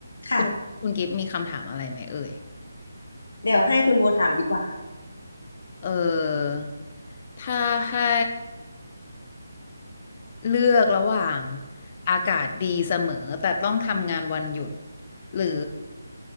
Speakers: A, on the left; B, on the left.
A: ค่ะ
B: คุณคุณกิฟต์มีคำถามอะไรไหมเอ่ย
A: เดี๋ยวให้คุณโบถามดีกว่า
B: เออถ้าให้เลือกระหว่างอากาศดีเสมอแต่ต้องทำงานวันหยุดหรือ